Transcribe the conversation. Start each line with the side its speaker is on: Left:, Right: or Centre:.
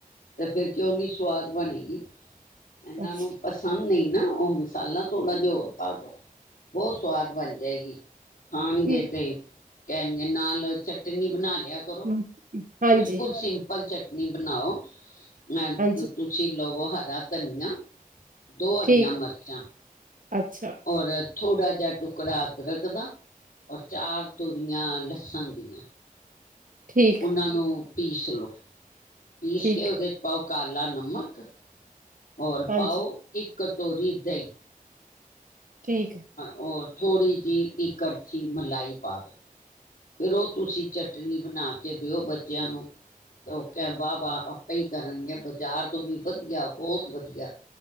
Left: ਅਤੇ ਫਿਰ ਕਿਉਂ ਨਹੀਂ ਸਵਾਦ ਬਣੇਗੀ। ਇਹਨਾਂ
Right: ਬਸ
Left: ਨੂੰ ਪਸੰਦ, ਨਹੀਂ ਨਾ ਉਹ ਮਸਾਲਾ ਥੋੜਾ ਜਿਹਾ ਹੋਰ ਪਾ ਦੋ ਬਹੁਤ ਸਵਾਦ ਬਣ ਜਾ, ਜਾਏਗੀ, ਖਾਨਗੇ
Right: ਹਮ,
Left: ਤੇ, ਕਹਿਣਗੇ ਨਾਲ ਚਟਣੀ ਬਣਾ ਲਈ, ਕਰੋ
Right: ਹਮ, ਹਾਂਜੀ
Left: ਬਿਲਕੁਲ ਸਿੰਪਲ ਚਟਨੀਂ, ਨੀ ਬਣਾਓ, ਮੈਂ
Right: ਹਾਂਜੀ
Left: ਤੁਸੀਂ ਲੋ, ਉਹ ਹਰਾ ਧਨੀਆਂ, ਦੋ
Right: ਠੀਕ
Left: ਹਰੀਆਂ ਮਿਰਚਾਂ,
Right: ਅੱਛਾ,
Left: ਔਰ ਥੋੜ੍ਹਾ ਜਿਹਾ ਟੁਕੜਾ ਅਦਰਕ ਦਾ ਔਰ ਚਾਰ ਤੂਰੀਆਂ ਲੱਸਣ ਦੀਆਂ।
Right: ਠੀਕ
Left: ਉਹਨਾਂ ਨੂੰ, ਪੀਸ ਲੋ, ਪੀਸ
Right: ਠੀਕ
Left: ਕੇ ਉਹਦੇ ਚ ਪਾਓ ਕ ਕਾਲਾ ਨਮਕ, ਹੋਰ
Right: ਹਾਂਜੀ
Left: ਪਾਓ ਇੱਕ ਕਟੋਰੀ ਦਈ
Right: ਠੀਕ
Left: ਹੋਰ ਥੋੜੀ ਜਿਹੀ ਇੱਕ ਕੜੱਛੀ ਮਲਾਈ ਪਾ ਦਿਉ ਫਿਰ ਉਹ ਤੁਸੀਂ ਚਟਨੀ ਬਣਾ ਕੇ ਦਿਓ ਬੱਚਿਆਂ ਨੂੰ ਤੇ ਉਹ ਕ ਵਾਹ ਵਾਹ ਆਪਾਂ ਹੀ ਕਰਨਗੇ ਬਾਜ਼ਾਰ ਤੋਂ ਵੀ ਵਧੀਆ ਬਹੁਤ ਵਧੀਆ